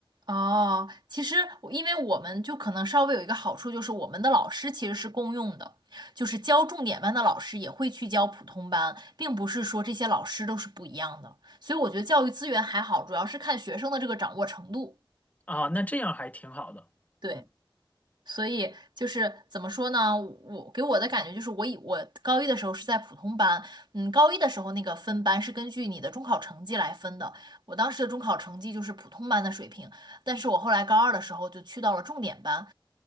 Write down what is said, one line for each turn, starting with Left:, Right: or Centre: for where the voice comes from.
Right: 哦，其实我因为我们就可能稍微有一个好处，就是我们的老师其实是共用的，就是教重点班的老师也会去教普通班，并不是说这些老师都是不一样的，所以我觉得教育资源还好，主要是看学生的这个掌握程度。
Left: <laughs> 啊，那这样还挺好的，
Right: 对。
Left: 嗯
Right: 所以就是怎么说呢？我给我的感觉就是我，以我高一的时候是在普通班，嗯，高一的时候那个分班是根据你的中考成绩来分的。我当时的中考成绩就是普通班的水平，但是我后来高二的时候就去到了重点班。